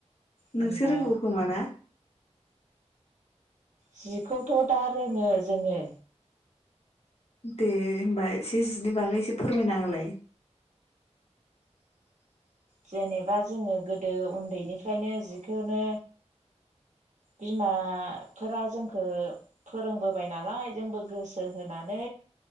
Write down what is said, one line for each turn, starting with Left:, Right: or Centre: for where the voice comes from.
Right: होनबा
Left: नोंसो रोंगौ खोमाना
Right: जिखौथ' दा रोङो जोङो
Left: दे होमबा एसे जिनि बागै एसे फोरमायना होलाय <inaudible>
Right: जेनेबा जोङो गोदो उन्दैनिफ्रायनो जिखौनो बिमाफोरा जों खौ फोरोंबोबाय नालाय जोंबो गोसो होनानै